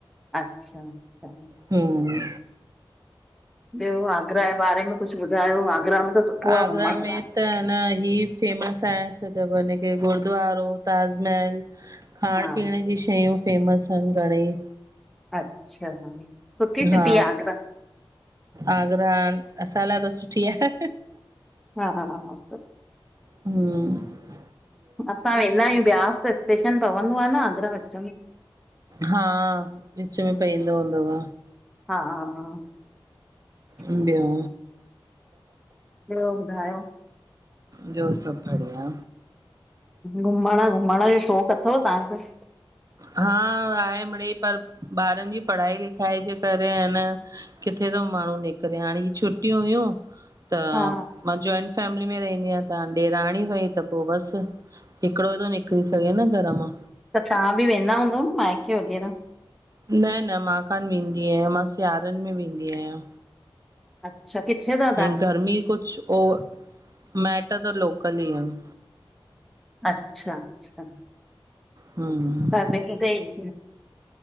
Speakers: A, in the centre; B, on the right (about 40°).
A: अच्छा-अच्छा,
B: हम्म
A: ॿियो आगरा जे बारे में कुछु कुछ ॿुधायो आगरा में त सुठो
B: आगरा
A: आहे घुमण
B: में
A: लाइ।
B: त न, ही फेमस आहे, छा चइबो आहे हिन खे गुरुद्वारो, ताजमहल खाइण
A: हा
B: पीअण जी शयूं फेमस आहिन घणेई।
A: अच्छा। सुठी सिटी
B: हा,
A: आहे आगरा
B: आगरा असां लाइ त सुठी आहे।
A: हा हा हा
B: हमम्। <unintelligible>
A: असां वेंदा आहियूं ब्यास, त स्टेशन पवंदो आहे न आगरा विच में।
B: हा। विच में
A: हम्म,
B: पईंदो हूंदोव।
A: हा <inaudible>
B: बियो?
A: ॿियो ॿुधायो?
B: ॿियो सभु बढ़िया
A: घुमण- घुमण जो शौक़ु अथव तहांखे?
B: हा आहेमिड़ेई, पर ॿारनि जी पढ़ाई लिखाई जे करे अ न किथे तो माण्हू निकिरे, हाणे ही छुटियूं हुयूं त
A: हा
B: मां जॉइन फैमिली में रहंदी आहियां त ॾेराणी वई त पो बस। हिकिड़ो ई थो निकिरी सघे न घर मां।
A: त तां बि वेंदा हूंदव न माइके वग़ैरह?
B: न-न, मां कान्ह वेंदी आहियां। मां सिआरनि में वेंदी आहियां।
A: अच्छा। किथे त
B: ऐं गर्मी कुछ ओ। माएट त लोकल ई आहिन।
A: अच्छा-अच्छा।
B: हम्म
A: घर बे सही।